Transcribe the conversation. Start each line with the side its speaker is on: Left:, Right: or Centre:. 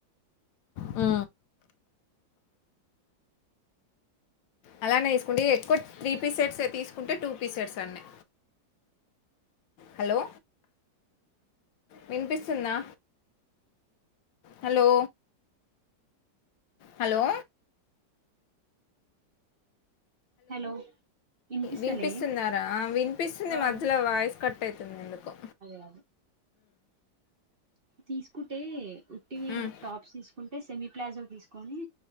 Left: ఆ అలానే తీసుకుంట ఎక్కువ త్రీ పీ సెట్స్ తీసుకుంటే టూ పీసెట్స్ అన్ని హలో వినిపిస్తుందా హలో హలో
Right: హలో వినిపిస్తలే
Left: వినిపిస్తుందరా వినిపిస్తుంది
Right: ఆ
Left: మధ్యలో వాయిస్ కట్ అయతుంది ఎందుకు
Right: అదు తీసుకుంటే ఉట్టివి
Left: ఉమ్,
Right: టాప్స్ తీసుకుంటే సెమీ ప్లాజో తీసుకొని